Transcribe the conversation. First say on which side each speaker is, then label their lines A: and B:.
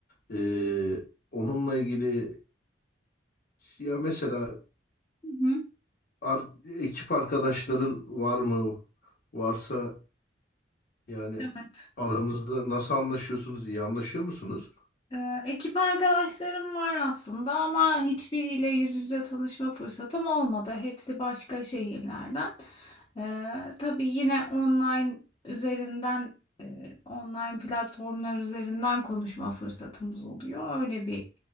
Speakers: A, on the left; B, on the left.
A: Ee, onunla ilgili ya mesela
B: Hı hı.
A: ar- ekip arkadaşların var mı? Varsa yani
B: Evet.
A: aranızda nasıl anlaşıyorsunuz? İyi anlaşıyor musunuz?
B: Ee, ekip arkadaşlarım var aslında ama hiçbiriyle yüz yüze tanışma fırsatım olmadı. Hepsi başka şehirlerden. Ee, tabii yine online üzerinden, e, online platformlar üzerinden konuşma fırsatımız oluyor. Öyle bir